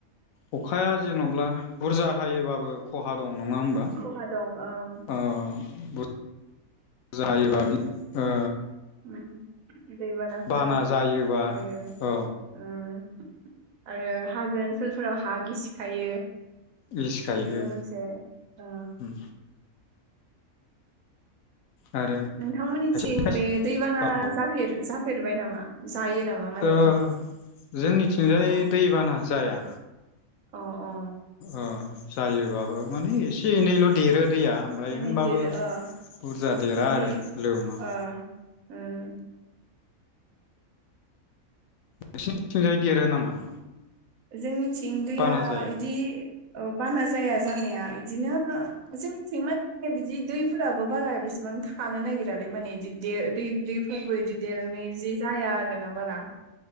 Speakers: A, on the left (about 75°); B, on the right (about 70°).
A: अखाया जेन'ब्ला बुरजा हायोबाबो ख'हा दं नङा होमबा
B: खहा दं ओं
A: ओ <inaudible> बुरजा जायोबा बि ओ
B: उम दैबानाफोर
A: बाना जायोबा
B: जायो ओं।
A: औ
B: आरो हाजो ओनसोलफोराव हा गिसिखायो।
A: गिसिखायो
B: बेबो मोनसे ओ
A: उम आरो
B: नोंथांमोनिथिं
A: खायसे खायसे
B: बे दैबाना
A: औ
B: जाफेर- जाफेरबाय नामा जायो नामा? माने
A: ओ जोंनिथिंजाय
B: अ
A: दैबाना जाया।
B: अ अ।
A: ओ जायोबाबो माने एसे एनैल' देरो दैया ओमफ्राय
B: दिनै
A: होनबाबो
B: देरो ओ
A: बुरजा देरा
B: बिदि
A: आरो लोमा।
B: ओ उम।
A: नोंसिनिथिंजाय देरो नामा?
B: ओ जोंनिथिं दैया
A: बाना जायो
B: इदि औ बाना जाया जानाया इदिनो जोंनिथिं माने बिदि दैफोराबो बारा बेसेबां थानो नागिरालै माने बि देर दै -दैफो बो बिदि देरनाय जि जाया आरोना बारा